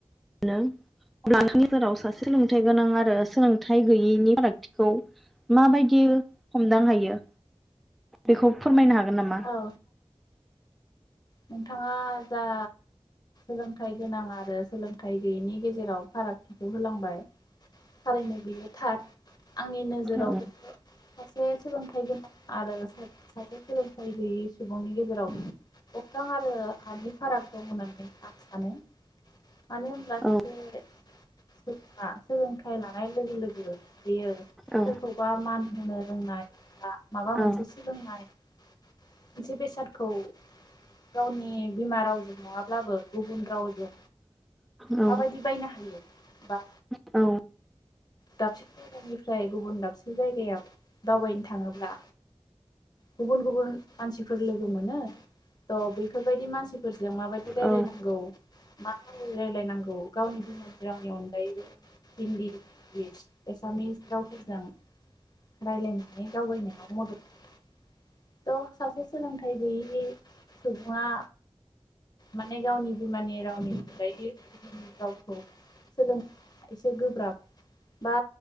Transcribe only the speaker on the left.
औ नोंथाङा जा सोलोंथाइ गोनां आरो सोलोंथाइ गैयैनि गेजेराव फाराग खौ होलांबाय थारैनो बियो थार आंनि नोजोरावबो
सासे सोलोंथाइ गोनां आरो साथ खल उफाय गैयै सुबुंनि गेजेराव अख्रां आरो हानि फाराग दं होननानै आं सानो मानो होनब्ला
सासे सुबङा सोलोंथाइ लानाय लोगो लोगो बेयो
सोरखौबा मान होनो रोंनाय बा माबा
मोनसे सोलोंनाय मोनसे बेसादखौ गावनि बिमा रावजों नङाब्लाबो गुबुन रावजों
माबायदि बायना बा
दाबसे जायगानिफ्राय गुबुन दाबसे जायगायाव दावबायनो थाङोब्ला गुबुन गुबुन मानसिफोर लोगो मोनो थ' बेफोरबायदि मानसिफोरजों माबायदि रायलायनांगौ
मा रायलायनांगौ गावनि बिमा बिरावनि अनगायैबो हिन्दि इस एसामिस रावफोरजों रायज्लायनानै दावबायनायाव मदद हो थ' सासे सोलोंथाइ गैयै सुबुङा माने गावनि बिमानि रावनि अनगायै रावखौ सोलों एसे गोब्राब बा